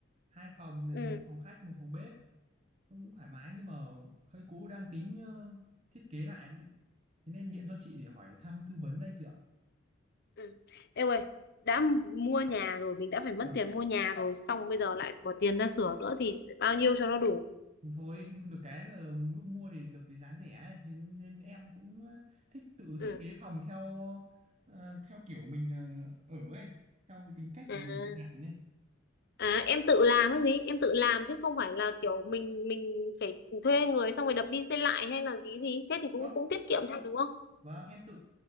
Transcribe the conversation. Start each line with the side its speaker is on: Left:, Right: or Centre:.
Right: hai phòng này
Left: ừ
Right: một phòng khách, một phòng bếp, cũng thoải mái nhưng mà hơi cũ đang tính ờ, thiết kế lại. Thế nên điện cho chị để hỏi thăm tư vấn đây chị ạ.
Left: ừ Ê ơi đã mua nhà rồi mình đã phải mất
Right: Vâng.
Left: tiền mua nhà rồi xong bây giờ lại bỏ tiền ra sửa nữa thì bao nhiêu cho nó đủ
Right: Nhưng thôi nhưng được cái là lúc mua thì được cái giá rẻ ấy, thì nên em cũng ờ, thích tự
Left: ừ
Right: thiết kế phòng theo ờ, theo kiểu mình ờ, ở ấy theo cái tính cách
Left: à,
Right: của mình chẳng hạn ấy
Left: à em tự làm cái gì em tự làm chứ không phải là kiểu mình mình phải thuê người xong rồi đập đi xây lại hay là gì gì thế thì cũng
Right: không
Left: cũng tiết kiệm
Right: em-
Left: thôi đúng không
Right: vâng em tự